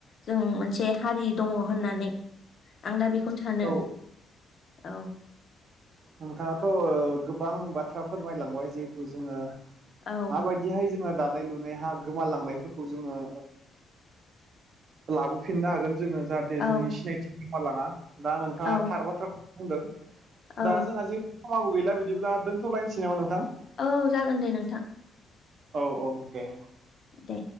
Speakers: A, on the left; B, on the right.
A: जों मोनसे हारि दङ होननानै आं दा बेखौनो सानो
B: औ
A: औ।
B: नोंथाङाथ' गोबां बाथ्रा फोरमायलांबाय जिहेतु जोङो
A: औ
B: माबायदिहाय जोङो दा लुनाया गोमालांनायफोरखौ जोङो लाबोफिननो हागोन जोङो जाहाथे
A: औ
B: जोंनि सिनायथि गोमालाङा दा नोंथाङा
A: औ
B: थार बाथ्राखौ बुंदों।
A: औ
B: दा जोंहा जिहेथु समाबो गैला बिदिब्ला दोनथ'लायनोसै नामा नोंथां।
A: औ जागोन दे नोंथां
B: औ औ दे।
A: दे